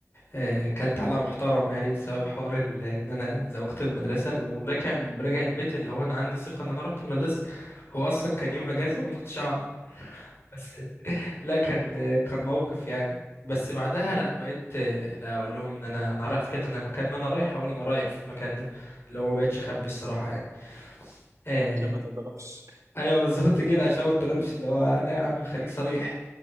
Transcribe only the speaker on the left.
آه، اكلت على محترم يعني بسبب حوار ال- ان انا زوقت المدرسه وراجع راجع البيت اللي هو انا عندي ثقه ان انا رحت المدرسه هو اصلا كان يوم اجازه وانا ما كنتش اعرف بس لا كان آه، كان موقف يعني بس بعدها لا بقيت آه، لا اقول لهم ان انا انا رايح في حته انا مكان ما انا رايح اقول انا رايح في المكان ده اللي هو ما بقتش اخبي الصراحه يعني آه،
ايوه بالظبط كده عشان ما اتضربش اللي هو لا يا عم خليك صريح